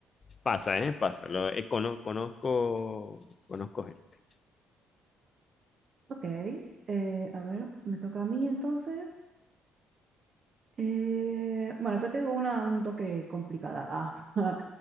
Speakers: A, on the left (about 40°); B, on the right (about 50°).
A: Pasa, ¿eh? Pasa. Lo, eh, cono- conozco, conozco gente.
B: Ok, eh, a ver, me toca a mí entonces. Eh, bueno, te tengo una un toque complicada. Ah, <laughs>